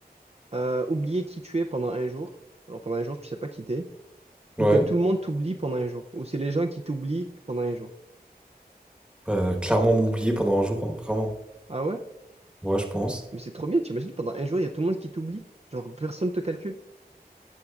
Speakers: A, on the right; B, in the centre.
A: euh, oublier qui tu es pendant un jour, alors pendant un jour, tu sais pas qui t'es,
B: Ouais.
A: ou que tout le monde t'oublie pendant un jour, ou c'est les gens qui t'oublient pendant un jour.
B: Euh, clairement m'oublier pendant un jour, hein, vraiment.
A: Ah ouais?
B: Ouais, je pense.
A: Mais c'est trop bien, t'imagines, pendant un jour, il y a tout le monde qui t'oublie. Genre, personne te calcule.